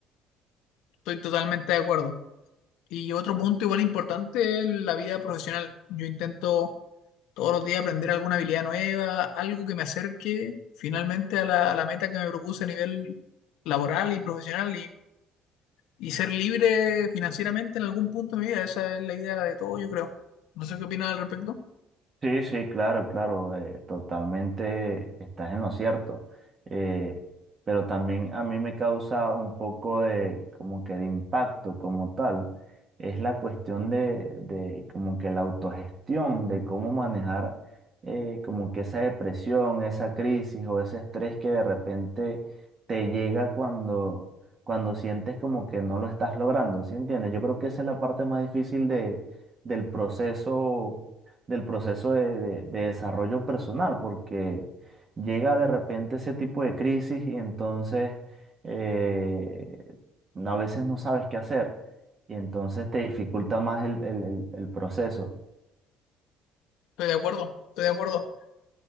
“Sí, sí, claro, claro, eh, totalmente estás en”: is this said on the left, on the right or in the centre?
Right